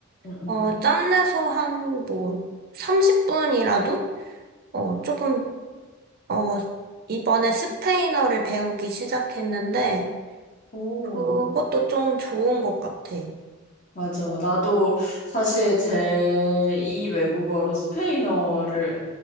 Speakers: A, on the left (about 40°); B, on the right (about 45°).
A: 음, 음.
B: 어, 짬내서 한 뭐, 30분이라도? 어, 조금, 어, 이번에 스페인어를 배우기 시작했는데,
A: 오,
B: 그것도 좀 좋은 것 같아.
A: 맞아. 나도 사실 제2 외국어로 스페인어를